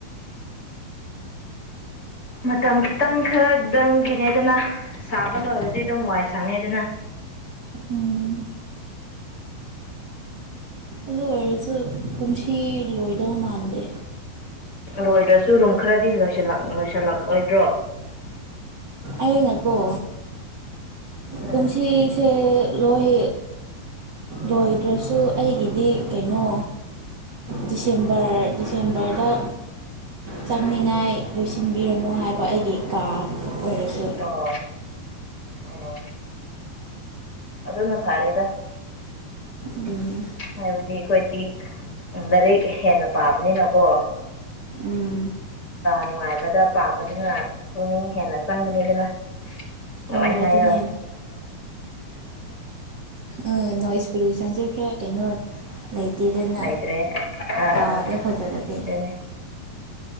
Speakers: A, on the left; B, on the right.
A: ꯃꯇꯝ ꯈꯤꯇꯪ ꯈꯔꯗꯪꯒꯤꯅꯦꯗꯅ ꯁꯥꯕ ꯂꯣꯏꯔꯗꯤ ꯑꯗꯨꯝ ꯋꯥꯏ ꯁꯪꯉꯦꯗꯅ
B: ꯎꯝ ꯑꯗꯨ ꯑꯣꯏꯔꯁꯨ ꯀꯨꯝꯁꯤ ꯂꯣꯏꯗꯧ ꯃꯥꯟꯗꯦ
A: ꯂꯣꯏꯗ꯭ꯔꯁꯨ ꯔꯨꯝ ꯈꯔꯗꯤ ꯂꯣꯏꯁꯤꯜꯂꯛꯑꯣꯣꯏꯗ꯭ꯔꯣ
B: ꯑꯩꯅꯀꯣ
A: ꯎꯝ
B: ꯀꯨꯝꯁꯤꯁꯦ ꯂꯣꯏ ꯂꯣꯏꯗ꯭ꯔꯁꯨ ꯑꯩꯒꯤꯗꯤ ꯀꯩꯅꯣ ꯗꯤꯁꯦꯝꯕꯔ ꯗꯤꯁꯦꯝꯕꯔꯗ ꯆꯪꯅꯤꯡꯉꯥꯏ ꯂꯣꯏꯁꯤꯟꯕꯤꯔꯝꯃꯣ ꯍꯥꯏꯕ ꯑꯩꯒꯤ ꯀꯥ ꯑꯣꯏꯔꯁꯨ
A: ꯑꯣ ꯑꯣ ꯑꯗꯨꯅ ꯐꯥꯔꯦꯗ
B: ꯎꯝ
A: ꯍꯥꯏꯕꯗꯤ ꯑꯩꯈꯣꯏ ꯇꯤꯛ ꯂꯥꯏꯔꯤꯛ ꯍꯦꯟꯅ ꯄꯥꯕꯅꯤꯅꯀꯣ
B: ꯎꯝ
A: ꯅꯨꯡꯉꯥꯏꯕꯗ ꯄꯥꯕꯗꯨꯅ ꯄꯨꯛꯅꯤꯡ ꯍꯦꯟꯅ ꯆꯪꯒꯅꯤꯗꯅ ꯅꯨꯡꯃꯥꯏ
B: ꯑꯣ
A: ꯍꯥꯏꯣ
B: ꯑꯗꯨꯅꯦ ꯑ ꯅꯣꯣꯏꯖ ꯄꯣꯂꯨꯁꯟꯁꯨ ꯈꯔ ꯀꯩꯅꯣ ꯂꯩꯇꯦꯗꯅ
A: ꯅꯥꯏꯠ꯭ꯔꯦ ꯑꯥ
B: ꯀꯥꯗꯣ
A: ꯑꯥ
B: ꯐꯖꯔꯗꯤ
A: ꯑꯗꯨꯅꯦ